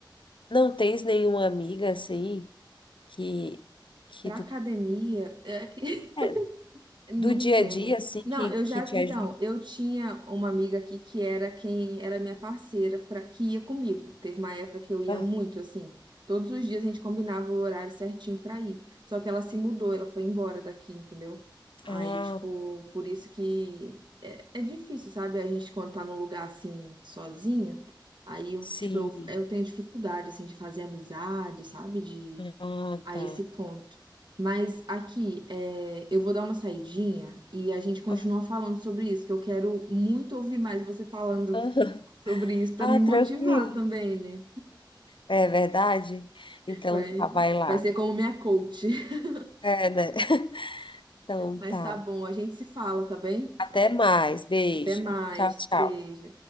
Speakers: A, on the left; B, on the right.
A: não tens nenhuma amiga assim que que
B: Pra
A: tu
B: academia, é que
A: é,
B: <laughs> não
A: do dia
B: tem.
A: a dia assim que
B: Não, eu já,
A: que te
B: então,
A: ajude.
B: eu tinha uma amiga aqui que era quem era minha parceira para que ia comigo. Teve uma época que eu ia
A: Ah,
B: muito assim. Todos os dias a gente combinava o horário certinho pra ir. Só que ela se mudou, ela foi embora daqui, entendeu? Aí,
A: ah,
B: tipo, por isso que é, é difícil, sabe? A gente quando tá num lugar assim sozinha, aí eu,
A: sim.
B: tipo, eu, eu tenho dificuldade assim de fazer amizade, sabe? de
A: Ah,
B: a
A: tá.
B: esse ponto. Mas aqui, é, eu vou dar uma saidinha e a gente continua
A: Ah,
B: falando sobre isso, que eu quero muito ouvir mais você falando
A: aham.
B: sobre isso para
A: Ah,
B: me motivar
A: tranquilo.
B: também, né?
A: É verdade? Então
B: Vai,
A: tá, vai lá.
B: vai ser como minha coach. <laughs>
A: É, né? <laughs> Então
B: Mas
A: tá.
B: tá bom, a gente se fala, tá bem?
A: Até mais. Beijo.
B: Até mais.
A: Tchau, tchau.
B: Beijo.